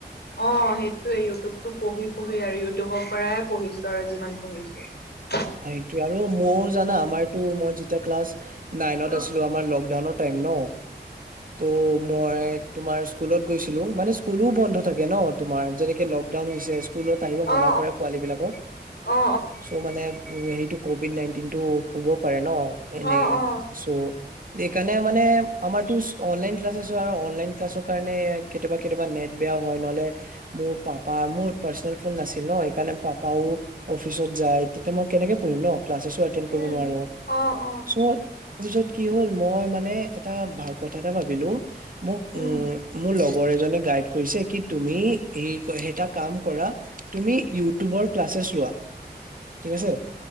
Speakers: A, on the left; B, on the right.
A: অ সেইটোৱে ইউটিউবটো পঢ়ি পঢ়ি আৰু ইউটিউবৰ পৰাই পঢ়িছো আৰু যিমান পঢ়িছো
B: সেইটোয়ে আৰু ময়ো জানা আমাৰতো মই যেতিয়া ক্লাছ নাইনত
A: অ
B: আছিলো আমাৰ লকডাউনৰ টাইম ন ত' মই তোমাৰ স্কুলত গৈছিলো মানে স্কুলো বন্ধ থাকে ন তোমাৰ যেনেকে লগ। ডাউন হৈছে স্কুলত আহিব মনা
A: অ
B: কৰে পোৱালি বিলাকক
A: অ
B: চ মানে। সেইটো কভিড নাইনটিন টো শুব পাৰে ন এনে
A: অ অ অ
B: চ'। সেইকাৰণে মানে আমাৰ টো অনলাইন ক্লাছ চেছ হয় আৰু অনলাইন ক্লাছৰ কাৰণে কেতিয়াবা কেতিয়াবা নেট বেয়া। হয় নহ'লে মোৰ পাপা মোৰ পাৰ্চনেল ফোন নাছিল ন সেইকাৰণে পাপাও অফিচত যায়। তে মই কেনেকে পঢ়িম ন ক্লাচছেচ ও এটেণ্ড কৰিব
A: উম
B: নোৱাৰো
A: অ অ
B: চ'। ত পিছত কি হল মই মানে এটা ভাল কথা এটা ভাবিলো মোক
A: উম
B: উ মোৰ লগ। লগৰ এজনে গাইড কৰিছে কি তুমি এই এটা কাম কৰা তুমি ইউটিউবৰ ক্লাচ। ক্লাছ লোৱা।
A: <unintelligible>
B: ঠিক আছে